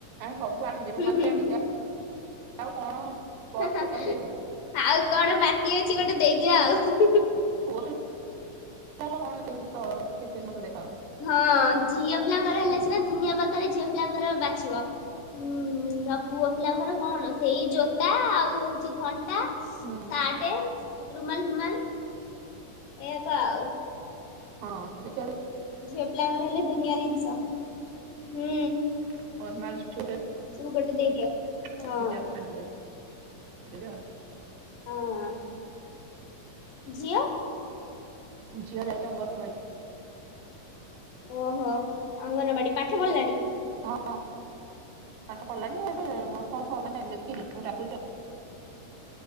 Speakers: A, on the right; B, on the left.
A: ସବୁ ଆଣିଚି,
B: ହୁଁ
A: ରୁମାଲ
B: ହୁଁ
A: ବି ଆଣିଚି ଆଉ କଣ ପର୍ସ
B: ହେଁ-ହେଁ,
A: ବି ଥରେ ଦେଇଥିଲି
B: ଆଉ କଣ ବାକି ଅଛି ଗୋଟେ ଦେଇଦିଅ ଆଉ।
A: <inaudible> ଏତେ ଜିନିଷ କିଛି ମତେ ଦେଖା ଯାଉନି।
B: ହଁ, ଝିଅ ପିଲାଙ୍କର ହେଲେ ସିନା ଦୁନିଆ ପ୍ରକାର ଝିଅ ପିଲାଙ୍କର ବାଛିବ। ହୁଁ, ଆଉ ପୁଅ ପିଲାଙ୍କର କଣ ସେଇ ଜୋତା ଆଉ ହଉଛି ଘଣ୍ଟା ସାଟେ,
A: ହୁଁ
B: ରୁମାଲ୍ ଫୁମାଲ୍ ଏୟା ତ ଆଉ।
A: ହଁ, ଦେଖିଆ <unintelligible>
B: ଝିଅ ପିଲାଙ୍କର ହେଲେ ଦୁନିଆ ଜିନିଷ, ହୁଁ।
A: <inaudible>
B: ତୁ ଗୋଟେ ଦେଇଦିଅ। ହଁ ହଁ, ଝିଅ?
A: ଝିଅ ଯାଇଚି ଅଙ୍ଗନବାଡି।
B: ଓହୋ ଅଙ୍ଗନବାଡି, ପାଠ ପଢ଼ିଲାଣି?
A: ହଁ ପାଠ ପଢିଲାଣି <unintelligible> ଅଳ୍ପ-ଅଳ୍ପ ମାନେ ଲେଖିନି ସବୁ ଡାକୁଚି ଆଉ।